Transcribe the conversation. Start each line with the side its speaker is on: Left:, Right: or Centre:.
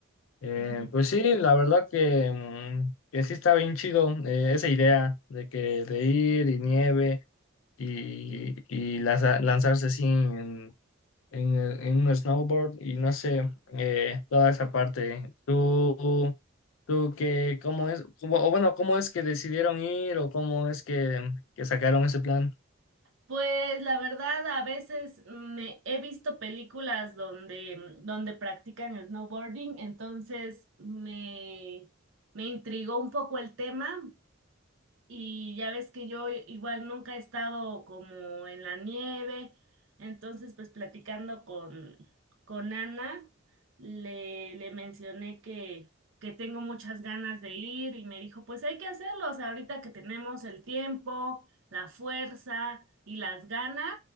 Left: Eh,
Right: <laughs>
Left: pues sí, la verdad que, mm, que sí está bien chido eh, esa idea de que de ir y nieve y, y lanza- lanzarse así en, en, en un snowboard y no sé, eh, toda esa parte. ¿Tú, tú qué, cómo es, o bueno, cómo es que decidieron ir o cómo es que, que sacaron ese plan?
Right: Pues la verdad, a veces me he visto películas donde, donde practican snowboarding, entonces me, me intrigó un poco el tema y ya ves que yo igual nunca he estado como en la nieve, entonces pues platicando con, con Ana, le, le mencioné que, que tengo muchas ganas de ir y me dijo, pues hay que hacerlo, o sea, ahorita que tenemos el tiempo, la fuerza y las ganas,